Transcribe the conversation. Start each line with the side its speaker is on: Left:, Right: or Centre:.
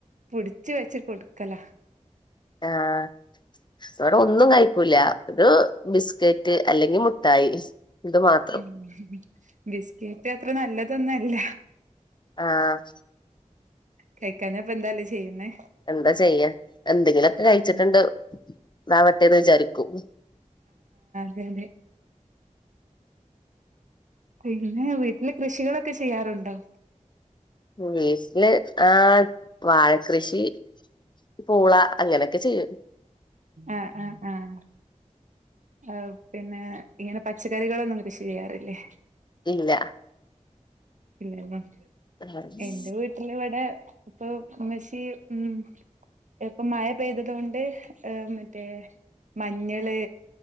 Right: പുടിച്ച വെച്ച് കൊടുക്കൽ.
Left: ആഹ് ഇവിടെയൊന്ന്. ഒന്നും കഴിക്കൂല ഒരു ബിസ്കറ്റ് അല്ലെങ്കിൽ മുട്ടായി ഇത് മാത്രം
Right: ഉം ബിസ്കിറ്റ് അത്ര നല്ലതു. അതൊന്നല്ല
Left: ആഹ്
Right: കഴിക്കാന് ഇപ്പൊ എന്താലേ ചെയ്യുന്നേ.
Left: എന്താ ചെയ്യാ എന്തെങ്കിലുമൊക്കെ കഴിച്ചിട്ടുണ്ട്താവട്ടെന്ന്
Right: ഉം
Left: വിചാരിക്കൂ
Right: തേഅതേ പിന്നെ വീട്ടില് കൃഷികളൊക്കെ ചെയ്യാറുണ്ടോ
Left: വീട്ടില് ആ വാഴ കൃഷി പൂള അങ്ങനെയൊക്കെ ചെയ്യും
Right: ആ ആ ആഹ ആ പിന്നെ ഇങ്ങനെ പച്ചക്കറികളൊന്നും കൃഷി ചെയ്യാറില്ലേ
Left: ഇല്ല
Right: ഇല്ലല്ലേ
Left: ആഹ്
Right: എന്റെ വീട്ടിൽ ഇവിടെ ഇപ്പൊ ഉമ്മശി ഉം ഇപ്പൊ മഴ പെയ്തത് കൊണ്ട് മറ്റേ മഞ്ഞള്